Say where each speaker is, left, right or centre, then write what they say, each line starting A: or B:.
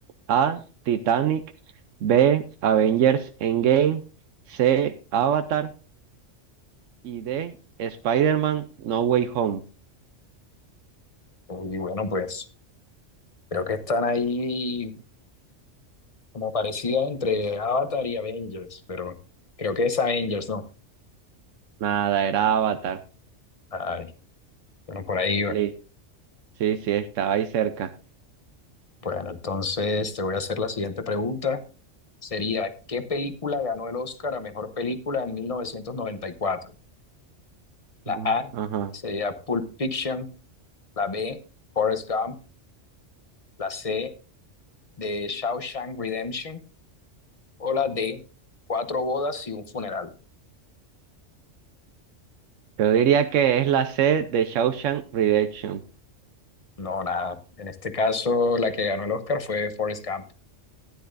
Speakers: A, on the right; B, on the left.
A: A, Titanic, B, Avengers Endgame, C, Avatar y D, Spider-Man No Way Home.
B: Y bueno, pues creo que están ahí como parecidas entre Avatar y Avengers, pero bueno, creo que es Avengers, ¿no?
A: Nada, era Avatar.
B: Ay, bueno, por ahí va.
A: Li- Sí, sí, estaba ahí cerca.
B: Bueno, entonces te voy a hacer la siguiente pregunta. sería ¿qué película ganó el Oscar a mejor película en 1994? La
A: Mm,
B: A
A: Ajá.
B: sería Pulp Fiction, la B, Forrest Gump, la C, de Shawshank Redemption o la D, Cuatro bodas y un funeral.
A: Yo diría que es la C de Shawshank Redemption.
B: No, nada. En este caso, la que ganó el Oscar fue Forrest Gump.